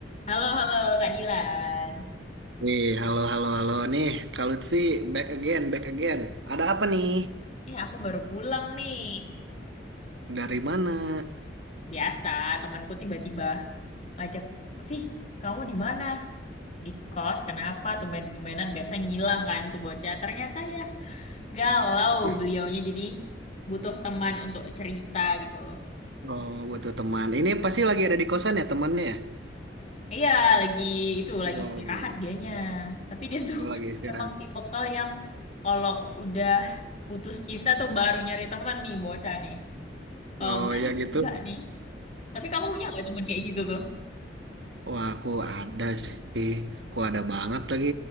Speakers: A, on the left; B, on the right.
A: Halo, halo Kak Dilan.
B: Wih, halo, halo, halo nih, Kak Lutfi, back again, back again. Ada apa nih?
A: Eh, aku baru pulang nih.
B: Dari mana?
A: Biasa, temanku tiba-tiba ngajak, Vih, kamu di mana? Di kos, kenapa? Tumben-tumbenan biasa ngilang kan tuh bocah. Ternyata ya galau
B: <laughs>
A: beliaunya jadi butuh teman untuk cerita gitu.
B: Oh, butuh teman. Ini pasti lagi ada di kosan ya temannya ya?
A: Iya, lagi itu,
B: Oh,
A: lagi istirahat dianya. Tapi dia tuh
B: oh, lagi
A: <laughs>
B: istirahat.
A: emang tipikal yang kalau udah putus cinta tuh baru nyari teman nih bocah nih. Kalau
B: Oh,
A: enggak,
B: ya gitu.
A: enggak nih. Tapi kamu punya nggak teman kayak gitu tuh?
B: Wah, aku ada sih. Aku ada banget lagi.